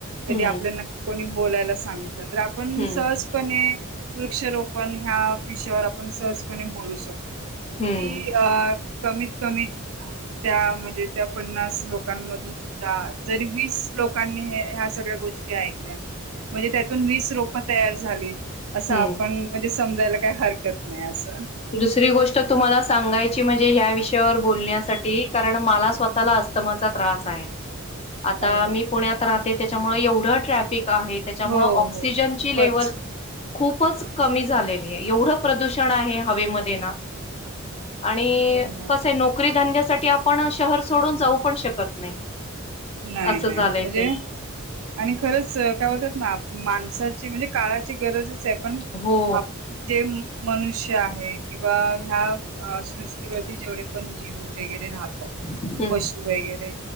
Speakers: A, on the right; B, on the left.
A: कधी
B: हम्म
A: आपल्याना कोणी बोलायला सांगितलं तर आपण
B: हम्म
A: सहजपणे, वृक्षरोपण ह्या विषयावर आपण सहजपणे बोलू शकतो.
B: हम्म
A: कि अ. कमीत-कमीत. त्या म्हणजे त्या पन्नास लोकांमधून सुद्धा जरी वीस लोकांनी ह्या सगळ्या ह्या गोष्टी ऐकल्या म्हणजे त्यातून वीस रोप तयार झाली असं
B: हम्म
A: आपण म्हणजे समजायला काय हरकत नाही आस.
B: दुसरी गोष्ट तुम्हाला सांगायची म्हजे ह्या विष हेच्यावर बोलण्यासाठी, कारण मला स्वतःला अस्तमाचा त्रास आहे. आता
A: अरे बापरे
B: मी पुण्यात राहते, त्याच्यामुळे एवढं ट्रॅफिक आहे त्याच्यामुळे
A: हो
B: ऑक्सिजनची
A: हो खूपच.
B: लेवल खूपच कमी झालेली आहे. एवढं प्रदूषण आहे हवेमध्ये ना. आणि
A: होय ना
B: कस आय नोकरी धंद्यासाठी आपण शहर सोडून जाऊ पण शकत नाही.
A: नाही
B: असं
A: नाही
B: झालंय
A: मजे
B: ते
A: आणि खरंच काय होतात ना. माणसाची म्हणजे काळाची गरजच आहे पण
B: हो
A: आप जे. मनुष्य आहे किंवा ह्या सृष्टीवरती जेवढे पण जीव वगैरे राहतात,
B: हम्म
A: पशू वगैरे,